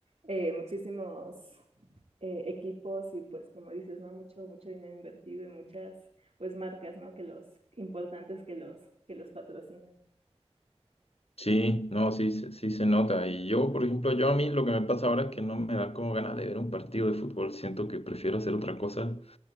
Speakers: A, on the right; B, on the left.
A: eh, muchísimos eh, equipos y pues como dices, ¿no? Mucho, mucho dinero invertido y muchas pues marcas, ¿no? Que los importantes que los, que los patrocinan.
B: Sí, no, sí, se- sí se nota. Y yo, por ejemplo, yo a mí lo que me pasa ahora es que no me da como ganas de ver un partido de fútbol. Siento que prefiero hacer otra cosa